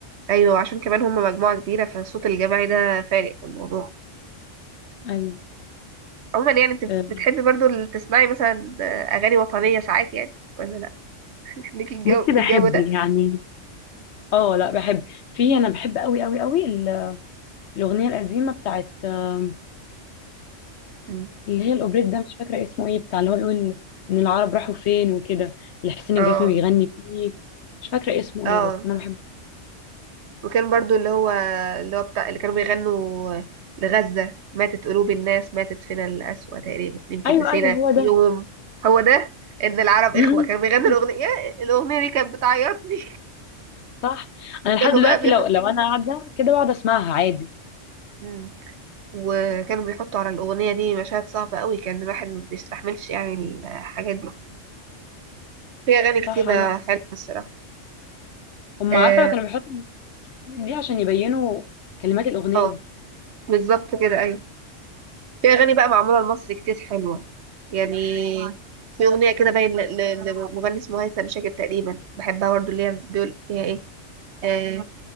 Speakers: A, on the right; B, on the left.
A: ايوه عشان كمان هم مجموعه كبيره فالصوت الجماعي ده فارق في الموضوع
B: ايوه
A: عموما يعني انت
B: آه،
A: بتحبي برضو ال- تسمعي مثلا اغاني وطنيه ساعات يعني ولا لا <laughs> ليكي الجو
B: بصي
A: في
B: بحب
A: الجو ده
B: يعني اه لا بحب في انا بحب قوي قوي قوي ال- الاغنية القديمة بتاعت آم،
A: مم.
B: اللي هي الاوبريت ده مش فاكرة اسمه ايه بتاع اللي هو بيقول ان العرب راحوا فين وكده اللي حسين
A: اه
B: الجسمي بيغني فيه مش فاكرة اسمه
A: اه
B: ايه بس انا بحبه
A: وكان برضو اللي هو اللي هو بتاع اللي كانوا بيغنوا لغزة ماتت قلوب الناس ماتت فينا القسوة تقريبا يمكن
B: ايوه
A: نسينا
B: ايوه هو
A: في
B: ده
A: يوم هو ده ان العرب
B: <laughs>
A: اخوة كانوا بيغنوا الاغنية الاغنية دي كانت بتعيطني
B: صح انا
A: <laughs>
B: لحد
A: كانوا
B: دلوقتي
A: بقى بيحطوا
B: لو لو انا قاعده كده بقعد اسمعها عادي
A: مم. وكانوا بيحطوا على الاغنية دي مشاهد صعبة قوي كان الواحد ما بيستحملش يعني الحاجات دي في اغاني
B: صح
A: كتيرة
B: عندك
A: حلوة الصراحة
B: هم
A: اه
B: عارفه كانوا بيحطوا الموسيقى دي عشان يبينوا كلمات الاغنيه
A: آه، بالظبط كده ايوه في أغاني بقى معمولة لمصر كتير حلوة يعني في أغنية كده باين ل- ل- لمغني اسمه هيثم شاكر تقريبا بحبها برضه اللي هي بيقول فيها إيه آه